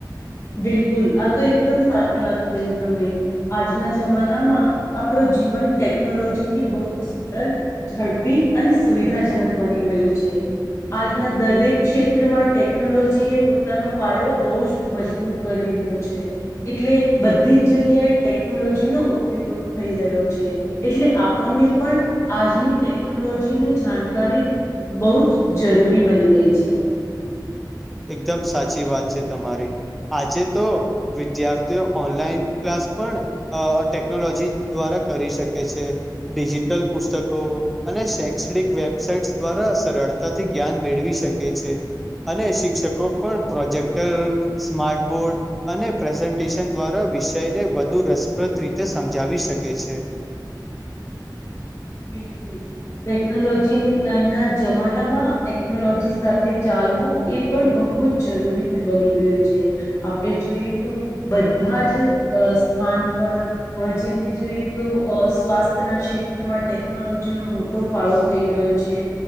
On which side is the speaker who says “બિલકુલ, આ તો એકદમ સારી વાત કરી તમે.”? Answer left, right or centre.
Left